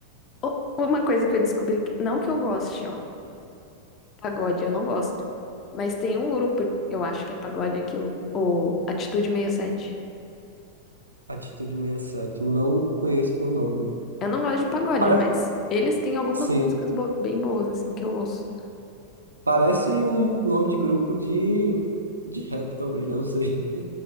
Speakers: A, on the left; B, on the right.
A: Ô, Uma coisa que eu descobri, que- não que eu goste, ó, pagode, eu não gosto. Mas tem um grupo, eu acho que é pagode aquilo, o Atitude 67.
B: Atitude 67 não conheço por nome.
A: Eu não gosto de pagode,
B: Para...
A: mas eles têm algumas
B: Sim,
A: músicas bo- bem boas, assim, que eu ouço.
B: parece um nome de grupo de... de rap, talvez, né? Não sei.